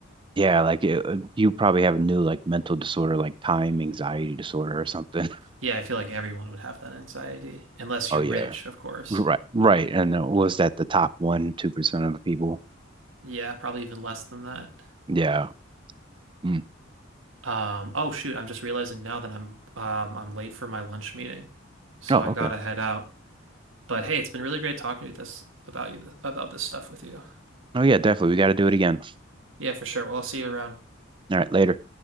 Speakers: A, on the right; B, on the right.
A: Yeah, like it, uh, you probably have a new like mental disorder, like time anxiety disorder or something. <laughs>
B: Yeah, I feel like everyone would have that anxiety unless you're
A: Oh yeah,
B: rich, of course.
A: right, right. And uh, was that the top one, two percent of the people?
B: Yeah, probably even less than that.
A: Yeah. Mm.
B: Um, oh shoot, I'm just realizing now that I'm um, I'm late for my lunch meeting, so
A: Oh,
B: I gotta
A: okay.
B: head out. But hey, it's been really great talking with this about you about this stuff with you.
A: Oh yeah, definitely. We got to do it again.
B: Yeah, for sure. Well, I'll see you around.
A: All right, later.